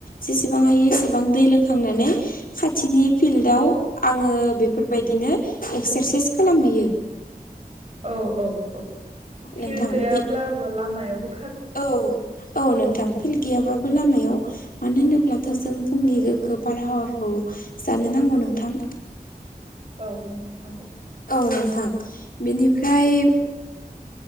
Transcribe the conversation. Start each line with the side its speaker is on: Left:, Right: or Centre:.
Left: जेसेबां हायो एसेबां दै लोंखांनानै खाथिनि फिल्डाव आङो बेफोरबायदिनो एक्सारसाइस खालामहैयो
Right: औ औ औ फिल्
Left: नोंथां
Right: गैयाब्लाबो
Left: बे
Right: लामायाव
Left: औ औ नोंथां फिल्ड गैयाबाबो लामायाव मानो होनोब्लाथ' जों फुंनि
Right: औ
Left: बारहावाखौ जानो नांगौ नोंथां
Right: औ होनथां नांगौ
Left: औ नोंथां बेनिफ्राय